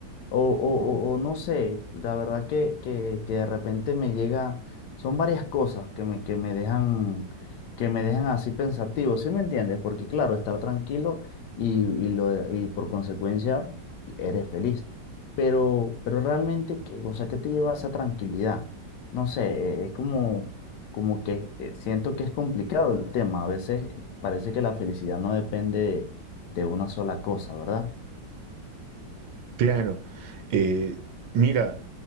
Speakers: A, on the left; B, on the right.
A: o, o, o- o no sé, la verdad que, que, que de repente me llega, son varias cosas que me, que me dejan, que me dejan así pensativo, ¿sí me entiendes? Porque claro, estar tranquilo y, y, lo, y por consecuencia eres feliz. Pero, pero realmente, ¿qué- o sea, ¿qué te lleva a esa tranquilidad? no sé, es como, como que eh, siento que es complicado el tema. A veces parece que la felicidad no depende de, de una sola cosa, ¿verdad?
B: Claro, eh, mira,